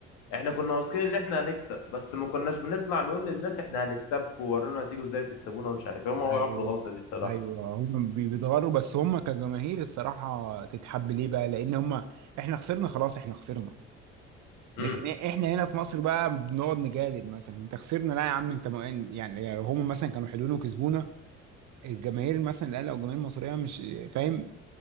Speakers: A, on the left; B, on the right.
A: احنا كنا واثقين ان احنا هنكسب بس ما كناش بنطلع نقول للناس احنا هنكسبكم ورونا هتيجوا ازاي وتكسبونا ومش عارف ايه هم وقعوا
B: ايوه
A: في الغلطه دي الصراحه
B: ايوه هم بي- بيتغروا بس هم كجماهير الصراحة تتحب ليه بقى لان هم احنا خسرنا خلاص احنا خسرنا لكن
A: امم
B: إيه- احنا هنا في مصر بقى بنقعد نجادل مثلا انت خسرنا لا يا عم انت ما يعني يعني هم مثلا كانوا حلوين وكسبونا الجماهير مثلا الاهلي او الجماهير المصريه مش فاهم